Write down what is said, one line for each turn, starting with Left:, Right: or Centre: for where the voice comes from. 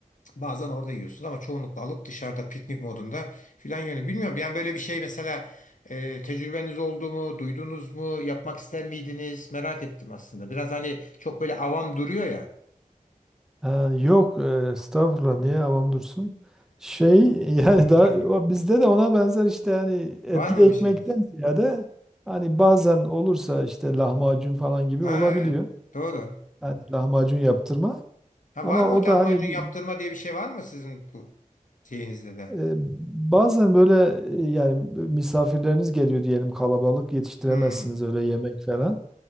Left: Bazen orada yiyorsunuz ama çoğunlukla alıp dışarıda piknik modunda filan yönü. Bilmiyorum yani böyle bir şey mesela e, tecrübeniz oldu mu, duydunuz mu, yapmak ister miydiniz? Merak ettim aslında. Biraz hani çok böyle avam duruyor ya.
Centre: Ha, yok, e, estağfurullah niye avam dursun? Şey <laughs> yani
Left: Öyle.
Centre: da o- bizde de ona benzer işte yani
Left: <laughs>
Centre: etli
Left: Var mı
Centre: ekmekten
Left: bir şeyiniz?
Centre: ziyade hani bazen olursa işte lahmacun falan gibi
Left: Ha
Centre: olabiliyor.
Left: evet doğru.
Centre: Yani lahmacun yaptırma
Left: Ha,
Centre: ama
Left: var mı
Centre: o
Left: lahmacun
Centre: da hani bir-
Left: yaptırma diye bir şey var mı sizin bu şeyinizde de?
Centre: e, bazen böyle e, yani misafirleriniz geliyor diyelim kalabalık yetiştiremezsiniz
Left: Hmm.
Centre: öyle yemek falan.